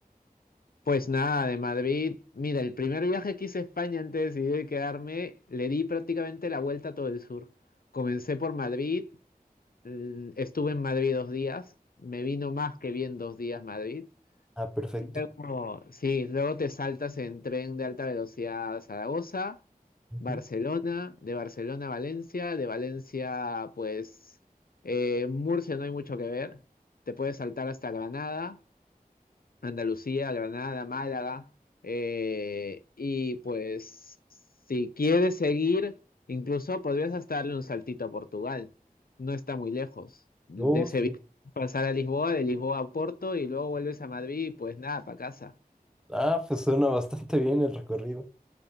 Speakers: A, on the left; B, in the centre.
A: Pues nada, de Madrid. Mira, el primer viaje que hice a España antes de decidir quedarme, le di prácticamente la vuelta a todo el sur. Comencé por Madrid, mm, estuve en Madrid dos días, me vino más que bien dos días Madrid.
B: Ah, perfecto.
A: Luego, sí, luego te saltas en tren de alta velocidad a Zaragoza,
B: Ujú.
A: Barcelona, de Barcelona a Valencia, de Valencia, pues, eh, Murcia no hay mucho que ver, te puedes saltar hasta Granada. Andalucía, Granada, Málaga. eh, y pues si quieres seguir, incluso podrías hasta darle un saltito a Portugal. No está muy lejos. De
B: Oh,
A: Sevilla
B: sí.
A: pasar a Lisboa, de Lisboa a Porto y luego vuelves a Madrid y pues nada, para casa.
B: Ah, pues suena bastante bien el recorrido.